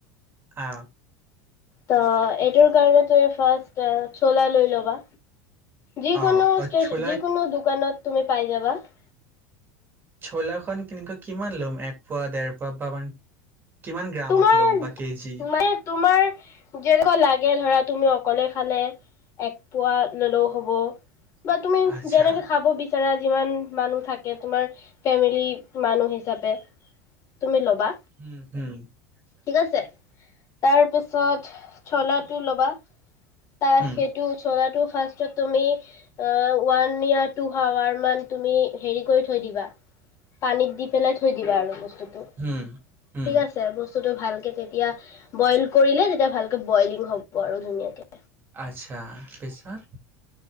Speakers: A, on the right; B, on the left.
A: অ
B: ত এইটোৰ কাৰণে তুমি ফাৰ্ষ্ট চলা লৈ ল'বা যিকোনো
A: অ', অ ছোলা
B: যিকোনো দোকানত তুমি পাই যাবা বা
A: ভলাখন কনেকৈ কিমান ল'ম এক পোৱা, দেৰ পোৱা বা মান কিমান গ্ৰামত
B: তোমাৰ
A: ল'ম
B: মানে
A: বা কেজি
B: তোমাৰ যেনেকুৱা লাগে ধৰা তুমি অকলে খালে এক পোৱা ললেও হ'ব বা তুমি
A: আচ্ছা
B: যেনেকে খাব বিচৰা যিমান মানুহ থাকে তোমাৰ ফেমিলি মানুহ হিচাপে তুমি ল'বা
A: উম হম
B: ঠিক আছে তাৰ পাছত চলা টো ল'বা তাৰ
A: হুম
B: সেইটো চল তু পাচত তুমি ৰ ওৱান য়া টু আৱাৰ মান তুমি হে কৰি থৈ দিবা পানীত দি পেলাই থৈ দিবা। বস্তুটো
A: হম হম
B: ঠিক আছে বস্তুটো ভালকে তেতিয়া বইল কৰিলে তেতিয়া ভালকে বইলিং হ'ব আৰু ধুনীয়াকে
A: আচ্ছা পেছত